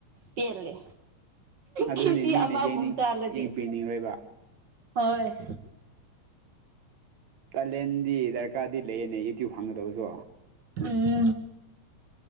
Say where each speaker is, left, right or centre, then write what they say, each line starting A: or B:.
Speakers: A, on the right (about 50°); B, on the right (about 70°).
A: ꯄꯦꯜꯂꯦ
B: ꯑꯗꯨꯅꯤ
A: ꯀꯦꯖꯤ
B: ꯃꯤꯅ
A: ꯑꯃꯒꯨꯝ
B: ꯌꯦꯡꯅꯤꯡ
A: ꯆꯥꯔꯗꯤ
B: ꯌꯦꯡꯕꯤꯅꯤꯡꯉꯣꯏꯕ
A: ꯍꯣꯏ
B: ꯀꯥꯂꯦꯟꯗꯤ ꯗꯔꯀꯥꯔꯗꯤ ꯂꯩꯌꯦꯅꯦ ꯌꯨꯇ꯭ꯌꯨꯕ ꯍꯥꯡꯒꯗꯕꯁꯨ
A: ꯎꯝ